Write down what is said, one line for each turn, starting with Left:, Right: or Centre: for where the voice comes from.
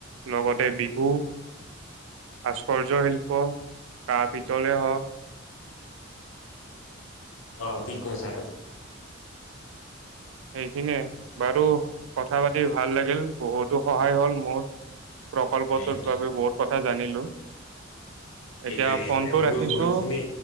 Right: লগতে বিহু, ভাস্কৰ্য শিল্প, কাঁহ পিতলে হওঁক -
Left: অঁ, ঠিক কৈছা।
Right: সেইখিনিয়ে বাৰু কথা পাতি ভাল লাগিল, বহুতো সহায় হ'ল মোৰ। প্ৰকল্পটোৰ
Left: সেইটোৱে
Right: বাবে বহুত কথা জানিলোঁ।
Left: সেইটোৱে
Right: এতিয়া
Left: সেইটোৱে
Right: ফোনটো
Left: মোৰো
Right: ৰাখিছোঁ।
Left: বহুত খিনি